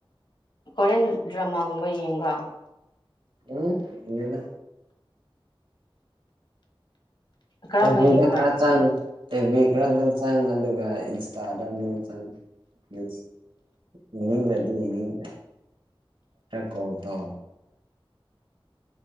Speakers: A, on the left; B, on the right.
A: ꯀꯣꯔꯤꯌꯟ ꯗ꯭ꯔꯃꯥꯒꯨꯝꯕ ꯌꯦꯡꯕ꯭ꯔꯥ
B: ꯎꯝ ꯏꯅ
A: ꯀꯔꯝꯕ
B: ꯑꯦꯕꯤꯗ
A: ꯌꯦꯡꯕ꯭ꯔꯥ
B: ꯈꯔ ꯆꯪ ꯑꯦꯕꯤ ꯈꯔ ꯆꯪ ꯑꯗꯨꯒ ꯏꯟꯁꯇꯥꯗ ꯑꯃꯨꯛ ꯆꯪ ꯌꯦ ꯌꯦꯅꯤꯡꯗꯤ ꯌꯦꯅꯤꯡ ꯀꯣ ꯇ